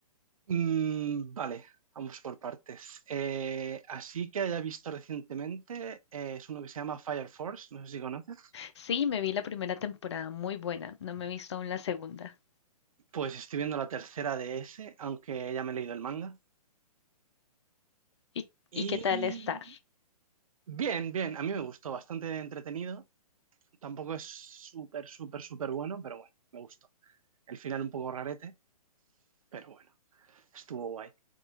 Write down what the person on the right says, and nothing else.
Mm, vale, vamos por partes. Eh, así que haya visto recientemente, eh, es uno que se llama Fire Force, no sé si conoces.
Pues estoy viendo la tercera de ese, aunque ya me he leído el manga.
Y
bien, bien, a mí me gustó, bastante entretenido. Tampoco es súper, súper, súper bueno, pero bueno, me gustó. El final un poco rarete, pero bueno, estuvo guay.